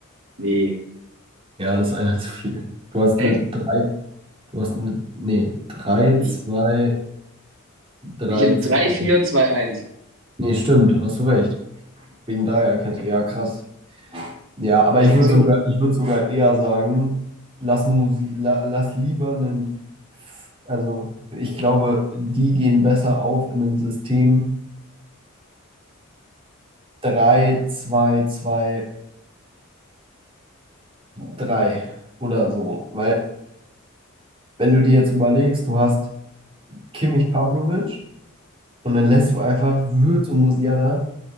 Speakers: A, on the right; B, on the right.
A: Nee,
B: Ja, das ist einer zu viel. Du hast
A: echt?
B: eine 3, du hast eine, nee, 3
A: Ich,
B: 2 3
A: ich habe
B: 2.
A: drei vier zwei eins.
B: Nee, stimmt, hast du recht. Wegen Dreierkette, ja, krass. Ja, aber
A: Was
B: ich
A: sagst
B: würde
A: du?
B: sogar, ich würde sogar eher sagen, lass Musik, la, lass lieber einen, also ich glaube, die gehen besser auf in einem System drei zwei zwei drei oder so. Weil, wenn du dir jetzt überlegst, du hast Kimmich Pavlovic und dann lässt du einfach Wirtz und Musiala